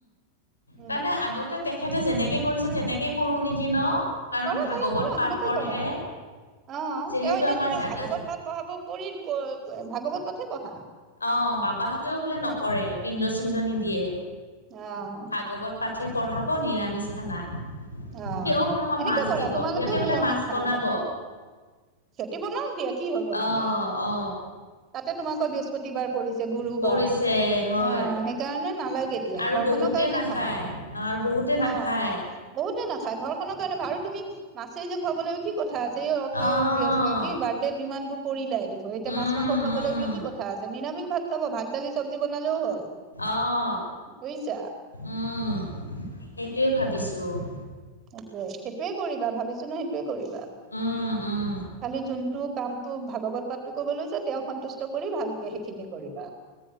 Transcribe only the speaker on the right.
উম
কৰা
কৰা কৰা
নে নেকি
কৰা অ
তেওঁ এতিয়া
তুমি
ভাগৱত পাঠ পঢ়াব কৰি ভাগৱত পাহে পঢ়া
অ
আহ
এনেকে
কৰা
তোমালোকেও
নিৰামিষ
খানা
কৰা সিহঁতি বনাাম দিয়া কি হল বনালে
তাতে তোমাকৰ বৃহস্পতিবাৰ পৰিছে গুৰুবাৰ
অ সেইকাৰণে নালাগে দিয়া
ঘৰখনৰ
কাৰণে
ভাল
অ বহুতে নাখায় ঘৰ খনৰ কাৰণে ভাৰু তুমি মাছে যে খুৱাব ল কি কথা আছে এই অত
বহস্ত কি বাৰ্থড ইমান বোৰ কৰিলাই দেখ এতিয়া
মাছ মাংস খাবলৈ
বোলে কি কথা আছে নিৰামিষ ভাত খাব ভাত দালি চব্জি বনালেও হ'ল
বুজিছা
সেইটোৱে সেইটোয়ে কৰিবা ভাবিছো ন সেইটোয়ে কৰিবা
খালি যোনটো কামটো ভাগৱত পাঠটো কবলৈ যায় তেওঁ সন্তুষ্ট কৰি ভালকে সেইখিনি কৰিবা